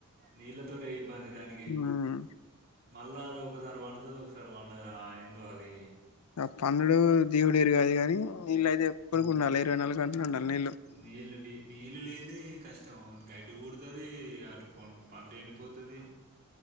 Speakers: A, on the right (about 45°); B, on the left (about 85°).
A: నీళ్ళ తటి ఇబ్బంది దానికి
B: ఉమ్
A: మళ్ళా అది ఒకసారి పండుతుంది ఒకసారి వండదు ఏందో అది
B: ఆ పన్నుడు దేవుడుేరు కాదు కాని నీళ్ళు అయితే ఎప్పడుకి ఉండాలి ఇరవై నాలుగు గంటలు ఉండాలి నీళ్ళు
A: నీల్ నీళ్లులేనిది కష్ట మొత్తం గడ్డి పడుతుది అటు ప పంట ఎండిపోతుది